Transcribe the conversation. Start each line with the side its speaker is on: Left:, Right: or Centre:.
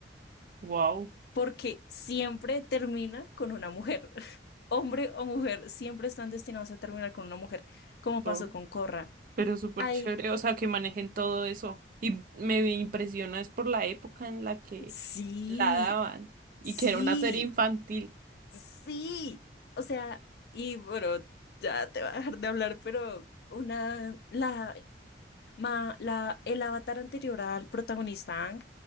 Right: Wow.
Left: porque siempre termina con una mujer. <laughs> Hombre o mujer, siempre están destinados a terminar con una mujer, como
Right: Oh,
Left: pasó con Corra.
Right: Pero súper
Left: Ay,
Right: chévere. O sea, que manejen todo eso. Y me impresiona es por la época en la que
Left: sí.
Right: la daban. Y
Left: Sí,
Right: que era una serie infantil.
Left: sí. O sea, y bueno, ya te voy a dejar de hablar, pero una, la, ma, la, el avatar anterior al protagonista Aang,